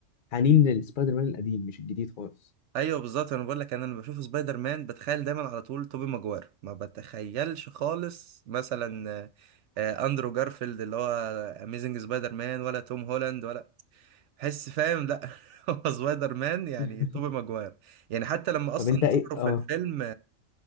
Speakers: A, on the left; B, on the right.
A: حنين للسبايدر مان القديم مش الجديد خالص
B: ايوه بالظبط انا بقول لك انا لما بشوف سبايدر مان بتخيل دايما على طول توبي ماجوير ما بتخيلش خالص مثلا آه، آه، اندرو جارفيلد اللي هو اميزنج سبايدر مان ولا توم هولاند ولا بحس فاهم لا <laughs> هو سبايدر مان يعني
A: <laughs>
B: توبي ماجوير يعني حتى لما اصلا
A: طب انت ايه
B: ظهروا
A: اه
B: في الفيلم